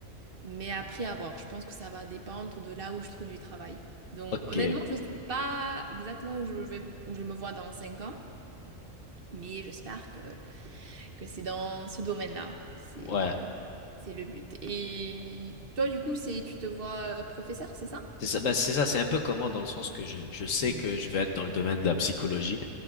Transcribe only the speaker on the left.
Ok,
ouais.
C'est ça, ben c'est ça, c'est un peu comme moi dans le sens que je, je sais
que je vais être dans le domaine de la psychologie.